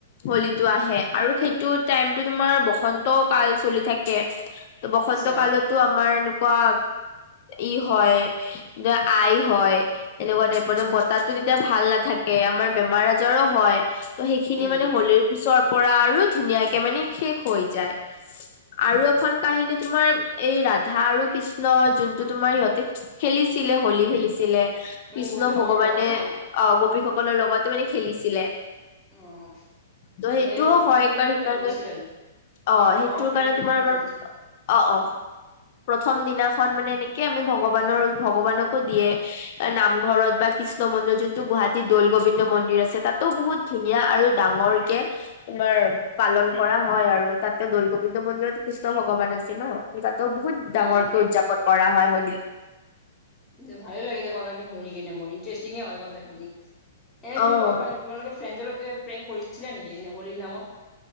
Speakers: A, on the left (about 50°); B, on the left (about 20°).
A: হোলীটো আহে আৰু সেইটোত টাইমটো তোমাৰ বসন্ত কাল চলি থাকে ত বসন্ত
B: আচ্ছা
A: কালতো আমাৰ এনেকুৱা ই হয় যে আই হয় এনেকুৱা টাইপৰ যে বতাহটো যেতিয়া ভাল নাথাকে আমাৰ বেমাৰ আজাৰো হয় ত সেইখিনি
B: উম,
A: মানে হলীৰ পিছৰ পৰা আৰু ধুনীয়াকে মানে শেষ হৈ যায় আৰু এখন কাহিনী তোমাৰ এই ৰাধা আৰু কৃষ্ণ যোনটো তোমাৰ সিহঁতে খেলিছিলে হলী খেলিছিলে
B: উম,
A: কৃষ্ণ
B: গোপীসকলৰ
A: ভগৱানে
B: লগত ন?
A: অ গোপীসকলৰ লগত মানে খেলিছিলে
B: অ',
A: ত সেইটোও
B: এই ৰং
A: হয়
B: সানি
A: সেইকাৰণে
B: কেনে যিবিলাক খেলিছিল আৰু
A: অ সেইটোৰ
B: ৰং সানি
A: কাৰণে
B: কেনে
A: তোমাৰ
B: যে খেলিছিল
A: আমাৰ
B: আচ্ছা
A: অ অ প্ৰথম দিনাখন মানে এনেকে আমি ভগৱানৰ ভগৱানকো দিয়ে নামঘৰত বা কৃষ্ণ মন্দিৰ যোনটো গুৱাহাটীৰ দৌল গোবিন্দ মন্দিৰ আছে তাতো বহুত ধুনীয়া আৰু ডাঙৰকে তোমাৰ পালন কৰা হয় আৰু তাত এ দৌল গোবিন্দ মন্দিৰত কৃষ্ণ ভগৱান আছে ন তাতো বহুত
B: উম,
A: ডাঙৰকে উদযাপন হয় হলী
B: যে ভালে লাগিলে কথাখিনি শুনিকিনে মোৰ ইণ্টাৰেষ্টিঙে হয় কথাখিনি এনেই
A: অ
B: তুমি কব পাৰিম তোমালোকে ফ্ৰেণ্ডজৰ লগত যে প্ৰেংক কৰিছিলা নেকি এনে হলীৰ নামত?